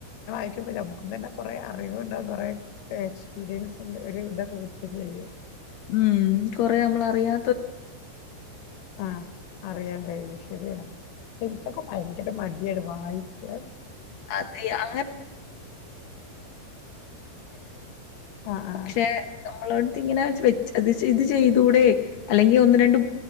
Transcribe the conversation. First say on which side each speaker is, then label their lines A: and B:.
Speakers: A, on the left; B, on the left.
A: ഇക്കും നമ്മുക്കും തന്നെ കൊറേ അറിവ ഉണ്ടാവും കുറ എക്സ്പീരിയൻസ് ഇതൊക്കെ കിട്ടും ചെയ്യും
B: ഉം കൊറെ നമ്മൾ അറിയാ
A: ആഹ അറിയാൻ കഴിയും ശരിയാണ് പക്ഷെ എനിക്കൊക്കെ ഭയങ്കര മടിയട വായിക്ക
B: അതി ആ
A: ആഹ് ആഹ്
B: പക്ഷെ നമ്മള് ഇങ്ങനെ ഇത് ചെയ്ത്തൂടെ അല്ലെങ്കിൽ ഒന്ന് രണ്ട്